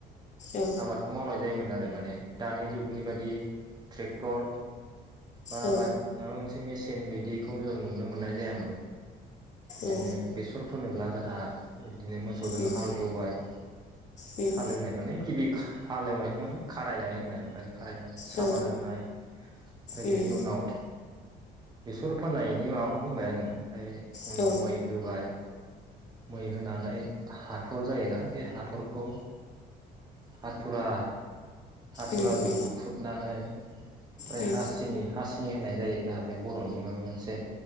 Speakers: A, on the left (about 45°); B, on the right (about 25°).
A: औ
B: आबादखौ मावनाय जायोमोन आरो। म माने दानि जुगनि बादि ट्रेक्टर। बा
A: औ
B: बा माबा मोनसे मेचन बिदिखौ जों। नुनो मोननाय जायामोन। बिदिनो
A: औ
B: बेसर फोनोब्ला जोंहा बिदिनो मोसौजों
A: उम
B: हाल एवबाय।
A: उम
B: हालौ नानै गि हालेवनायखौ माने खारायनाय होननाय ओमफ्राय। खारायनाय सामार
A: औ
B: होनाय, ओमफ्राय
A: उम
B: बेनि उनाव बिसर फोनाय बे माबाखौ बुंबाय आङो ओमफ्राय उनाव
A: औ
B: मै होबाय मै होनानै हा थर जायोना बे हा थरखौ हाथुरा हाथुराजों
A: उम उम
B: बुख्रुबनानै ओमफ्राय
A: औ उम
B: हासिनि हासिनि। होनाय जायो जाहा बे बर'नि माबा मोनसे